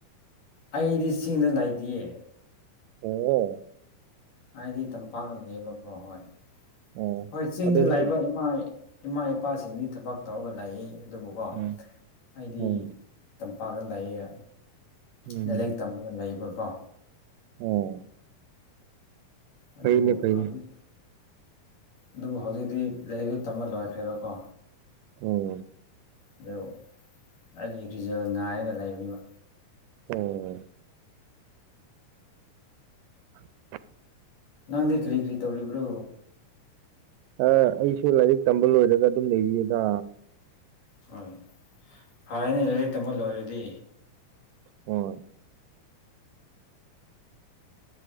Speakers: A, on the left; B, on the right.
A: ꯑꯩꯗꯤ ꯆꯤꯡꯗ ꯂꯩꯇꯌꯦ
B: ꯑꯣ
A: ꯍꯥꯏꯗꯤ ꯇꯝꯄꯥꯛ ꯂꯩꯌꯦꯕꯀꯣ ꯍꯣꯏ
B: ꯑꯣ
A: ꯍꯣꯏ ꯆꯤꯡꯗ
B: ꯑꯗꯨ ꯅꯣꯏ
A: ꯂꯥꯛꯏꯕ ꯏꯃꯥ ꯏꯃꯥ ꯏꯄꯥꯁꯤꯡꯗꯤ ꯊꯕꯛ ꯇꯧꯔꯒ ꯂꯩ ꯑꯗꯨꯕꯨꯀꯣ
B: ꯎꯝ
A: ꯍꯥꯏꯗꯤ
B: ꯎꯝ
A: ꯇꯝꯄꯥꯛꯇ ꯂꯩꯌꯦ
B: ꯎꯝ
A: ꯂꯥꯏꯔꯤꯛ ꯇꯝꯃꯒ ꯂꯩꯕꯀꯣ
B: ꯑꯣ
A: ꯑꯗꯨꯕꯨ
B: ꯐꯩꯅꯦ ꯐꯩꯅꯦ
A: ꯍꯧꯖꯤꯛ ꯑꯗꯨꯕꯨ ꯍꯧꯖꯤꯛꯇꯤ ꯂꯥꯏꯔꯤꯛꯁꯨ ꯇꯝꯕ ꯂꯣꯏꯈ꯭ꯔꯦꯕꯀꯣ
B: ꯑꯣ
A: ꯑꯗꯨ ꯑꯩꯒꯤ ꯔꯤꯖꯜ ꯉꯥꯏꯔꯒ ꯂꯩꯕꯅꯤꯕ
B: ꯑꯣꯝ <inaudible>
A: ꯅꯪꯗꯤ ꯀꯔꯤ ꯀꯔꯤ ꯇꯧꯔꯤꯕ꯭ꯔꯣ
B: ꯑ ꯑꯩꯁꯨ ꯂꯥꯏꯔꯤꯛ ꯇꯝꯕ ꯂꯣꯏꯔꯒ ꯑꯗꯨꯝ ꯂꯩꯔꯤꯗ
A: ꯍꯣꯏ ꯐꯔꯦꯅꯦ ꯂꯥꯏꯔꯤꯛ ꯇꯝꯃ ꯂꯣꯏꯔꯗꯤ
B: ꯍꯣꯏ